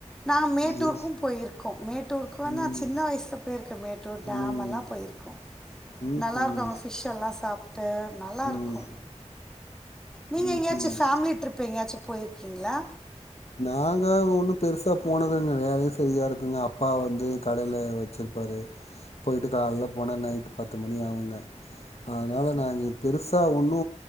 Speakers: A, in the centre; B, on the left.
A: நா மேட்டூருக்கு
B: இது
A: போயிருக்கோ மேட்டூருக்கு
B: ம்
A: வந்து நா சின்ன வயசுல போய்ருக்கே மேட் டு டேம்மெல்லா
B: ம்
A: போய்ருக்கோ
B: ம்ஹூம்
A: நல்லாருக்கு அங்க ஃபிஷ்ஷெல்லா சாப்ட்டு நல்லாருக்கு
B: ம்
A: நீங்க
B: ம்ஹூம்
A: எங்கயாச்சு பேமிலி ட்ரிப் எங்கயாச்சு போய்ருக்கீங்ளா
B: நாங்க ஒன்னு பெருசா போனதுங் கெடையாது சரியா இருக்குங்க அப்பா வந்து கடைல வச் ச்சல் பாரு போய்ட்டு காலல போனா நைட்டு பத்து மணி ஆகுங்க அதனால நாங்க பெருசா ஒன்னு